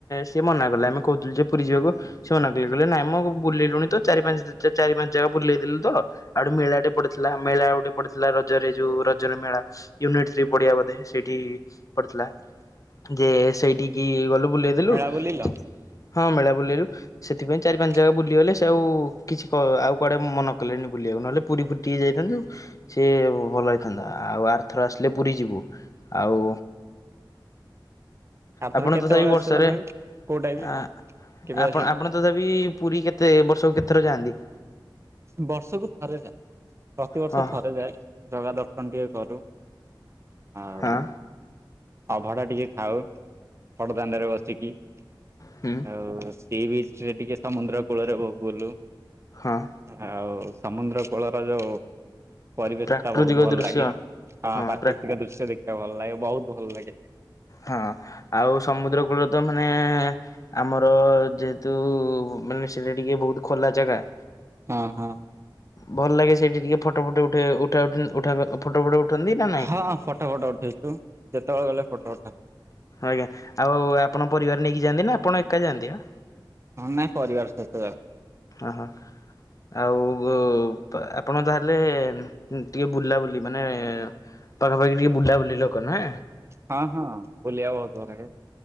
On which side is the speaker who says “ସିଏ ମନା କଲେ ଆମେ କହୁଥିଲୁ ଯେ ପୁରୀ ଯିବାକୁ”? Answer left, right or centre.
Left